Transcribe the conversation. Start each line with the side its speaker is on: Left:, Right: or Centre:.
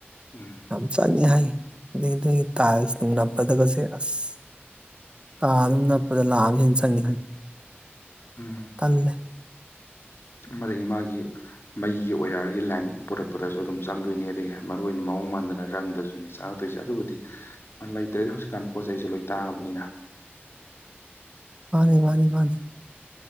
Left: ꯎꯝ
Right: ꯌꯥꯝ ꯆꯪꯅꯤ ꯍꯥꯏ ꯑꯗꯒꯤ ꯑꯗꯨꯒꯤ ꯇꯥꯏꯜꯁ ꯅꯨꯡ ꯅꯞꯄꯗꯒꯁꯦ ꯑꯁ ꯀꯥ ꯑꯗꯨꯝ ꯅꯞꯄꯗ ꯂꯥꯛꯑ ꯍꯦꯟꯅ ꯆꯪꯉꯦꯅꯪ
Left: ꯎꯝ
Right: ꯀꯜꯂꯦ
Left: ꯃꯗꯒꯤ ꯃꯥꯒꯤ ꯃꯩꯒꯤ ꯑꯣꯌꯥꯔꯒꯤ ꯂꯥꯏꯟ ꯄꯨꯔꯛꯄꯗꯁꯨ ꯑꯗꯨꯝ ꯆꯪꯗꯣꯏꯅꯤ ꯑꯗꯒꯤ ꯃꯔꯨ ꯑꯣꯏꯅ ꯃꯑꯣꯡ ꯃꯥꯟꯗꯅ ꯔꯪꯗꯁꯨꯅꯤ ꯆꯪ ꯇ ꯇꯣꯏꯁꯦ ꯑꯗꯨꯕꯨꯗꯤ ꯂꯩꯇ꯭ꯔꯦꯗꯤ ꯍꯧꯖꯤꯛꯀꯥꯟ ꯄꯣꯠ ꯆꯩꯁꯨ ꯂꯣꯏ ꯇꯥꯡꯉꯕꯅꯤꯅ
Right: ꯃꯥꯅꯤ ꯃꯥꯅꯤ ꯃꯥꯅꯤ